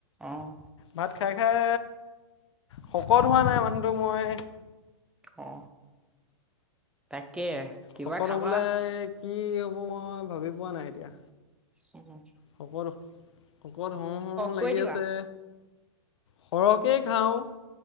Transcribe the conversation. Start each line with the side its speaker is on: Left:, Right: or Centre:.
Centre: অহ।
Left: ভাত খাই খাই শকত হোৱা নাই মানুহটো মই।
Centre: অহ। তাকে কিবা
Left: শকত
Centre: খাবা
Left: হ'বলৈ কি হ'ব মই ভাবি পোৱা নাই এতিয়া।
Centre: অহ।
Left: শকত শকত হওঁ হওঁ লাগি
Centre: কৰি দিবা
Left: আছে। শৰকে খাওঁ